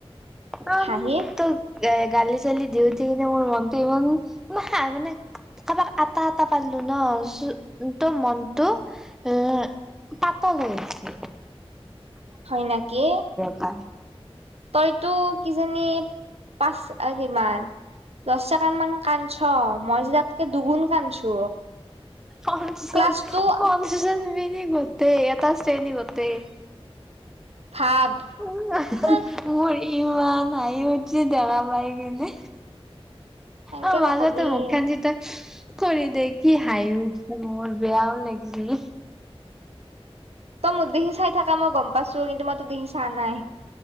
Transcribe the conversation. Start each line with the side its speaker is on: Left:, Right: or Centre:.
Centre: অ',
Right: হাঁহি
Centre: তোৰ এ গালি চালি দি উঠি কিনে মোৰ মনটো ইমান মানে কাৰোবাক আতা আতা পাৰলোঁ ন' ত' মনটো এ পাতাল হৈছে।
Right: হয় নাকি,
Centre: পৰা
Right: তইটো কিজানি পাঁচ কিমান, দশ ছেকেণ্ডমান কান্দছ' মই যেতিয়া তকে দুগুণ কান্দছো।
Centre: পঞ্চ
Right: ক্লাছটো
Centre: পঞ্চাছ শ্ৰেণী গোটে এটা শ্ৰেণী গোটেই।
Right: ভাব।
Centre: <unintelligible>
Right: হা
Centre: ইমান হাঁহি উঠি দেখা পাই কিনে
Right: এনকে
Centre: অ', মাজতে
Right: নকবি
Centre: মুখ খান যিতিয়া <unintelligible> কি হাঁহি উঠিছে মোৰ বেয়াও লাগিছিল।
Right: তই মোক দেখি চাই থাকা মই গম পাইছোঁ তোৰ <unintelligible> চা নাই।